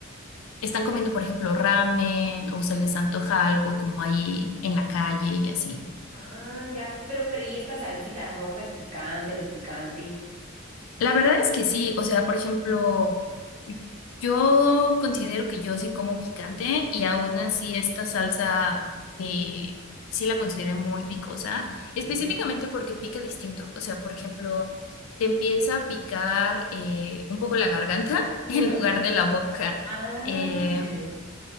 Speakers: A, on the left; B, on the right.
A: están comiendo, por ejemplo, ramen o
B: ujú.
A: se les antoja algo como ahí en la calle y así.
B: Ah, ya. Pero, pero, ¿y esta salsita roja es picante, no es picante?
A: La verdad es que sí, o sea, por ejemplo, yo considero que yo sí como picante y aún así esta salsa eh, sí la consideré muy picosa, específicamente
B: Ujú.
A: porque pica distinto, o sea, por ejemplo, te empieza a picar eh, un poco la garganta <laughs> en
B: <laughs>
A: lugar de la boca.
B: Ah,
A: eh,
B: ya, ya. ya.